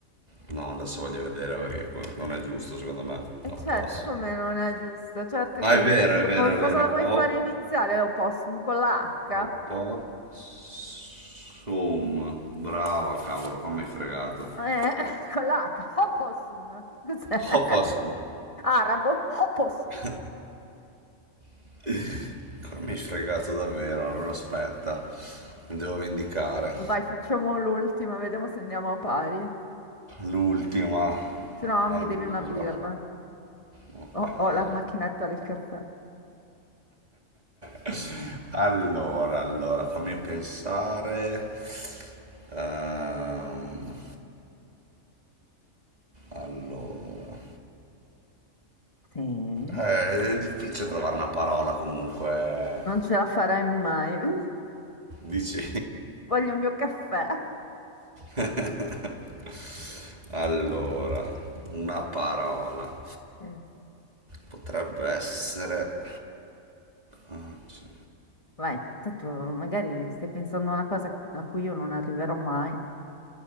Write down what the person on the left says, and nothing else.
E
certo,
come non è giusto? Certo
che
è
giusto.
Con
cosa
la vuoi
fare iniziale l'opossum? Con la H?
Eh, <laughs> con la H. Opossum. Cos'è?
Arabo? Opossum.
Vai, facciamo l'ultima, vediamo se andiamo a pari.
Se no, mi
devi una birra.
Ho, ho la macchinetta del caffè.
Sì? Non
ce la farai mai. <laughs>
Voglio il mio caffè.
Sì.
Vai, tanto magari stai pensando a una cosa a cui io non arriverò mai.